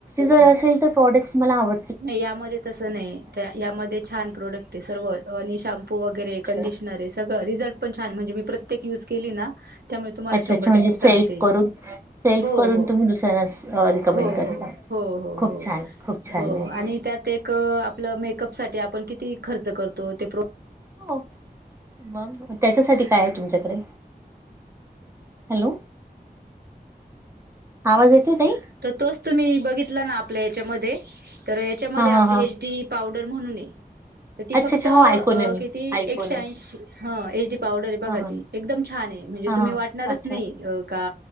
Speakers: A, on the right; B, on the right.
A: जर असेल तर प्रॉडक्ट्स मला आव
B: नाही यामध्ये तस नाही, यामध्ये छान प्रोडक्टे सर्व, आणि शॅम्पू वगैरे
A: अच्छा
B: कंडिशनरे. सगळं रिझल्ट पण छाने, म्हणजे मी प्रत्येक युज केली ना, त्यामुळे तुम्हाला
A: अच्छा
B: शंभर
A: अच्छा म्हणजे
B: टक्के
A: सेल्फ
B: सांगते,
A: करून सेल्फ
B: हो,
A: करून
B: हो,
A: तुम्ही दुसऱ्यांना रिकमेंड
B: हो,
A: करता.
B: हो. हो, हो,
A: खूप
B: हो.
A: छान खूप छान
B: हो
A: आहे.
B: आणि त्यात एक आपलं, मेकअप साठी आपण किती खर्च करतो, ते प्रो
A: हो, मग, त्याच्यासाठी काये तुमच्याकडे? हॅलो आवाज येतोय ताई.
B: तर तोच, तुम्ही बघितला ना आपल्या याच्यामध्ये, तर याच्यामध्ये
A: हा
B: आपली
A: हा हा
B: एच डी पावडर म्हणूने, त ती
A: अच्छा
B: फक्त
A: अच्छा हो ऐकून आहे मी
B: किती
A: ऐकून
B: एकशेऐंशी
A: आहे
B: ह एच डी पावडरे बघा
A: हा हा
B: ती, एकदम छाने, म्हणजे
A: हा
B: तुम्ही
A: हा
B: वाटणारच
A: अच्छा
B: नाही का